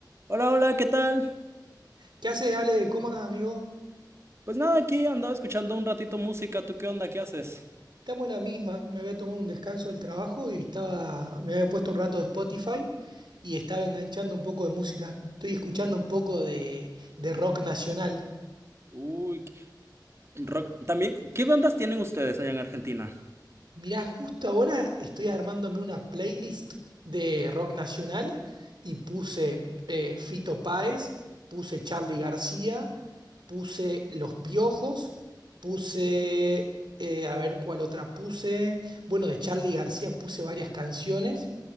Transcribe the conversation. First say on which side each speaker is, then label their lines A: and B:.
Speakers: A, on the right; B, on the right.
A: Hola, hola, ¿qué tal?
B: ¿Qué haces, Ale? ¿Cómo andas, amigo?
A: Pues nada, aquí andaba escuchando un ratito música. ¿Tú qué onda? ¿Qué haces?
B: Estamos en la misma. Me había tomado un descanso del trabajo y estaba, me había puesto un rato de Spotify y estaba enganchando un poco de música. Estoy escuchando un poco de, de rock nacional.
A: Uy, qué- rock. También, ¿qué bandas tienen ustedes allá en Argentina?
B: Mirá, justo ahora estoy armándome una playlist de rock nacional y puse eh, Fito Páez, puse Charly García, puse Los Piojos, puse, eh, a ver cuál otra puse. Bueno, de Charly García puse varias canciones.